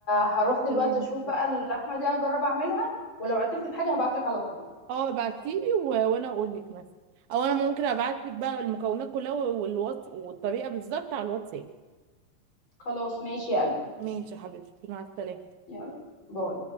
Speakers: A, on the left; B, on the right.
A: هروح
B: بتكلمني
A: دلوقتي اشوف
B: يا
A: بقى
B: حبيبتي.
A: اللحمه دي اجرب اعملها ولو عطلت في حاجه هبعت لك على طول
B: اه ابعتيلي و... وانا اقول لك مثلا او انا ممكن ابعت لك بقى المكونات كلها والوصف والطريقه بالظبط على الواتساب
A: خلاص ماشي يا قلبي
B: ماشي يا حبيبتي مع السلامه
A: يلا باي